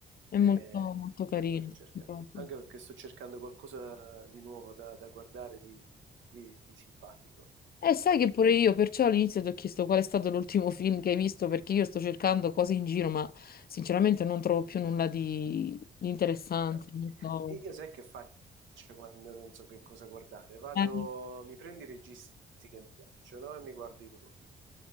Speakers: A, on the left; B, on the right.
A: È
B: Eh,
A: molto, molto carino.
B: me lo vado a cercare.
A: Proprio.
B: Anche perché sto cercando qualcosa di nuovo da, da guardare, di, di- di simpatico,
A: E sai
B: che non,
A: che pure io, perciò all'inizio ti ho chiesto qual è stato l'ultimo film che hai visto, perché io sto cercando cose in giro, ma sinceramente non trovo più nulla di, di interessante.
B: Beh,
A: Non so.
B: Io sai che faccio quando non so che cosa guardare? Vado,
A: Eh,
B: mi prendo i registi che mi piacciono e mi guardo i loro film.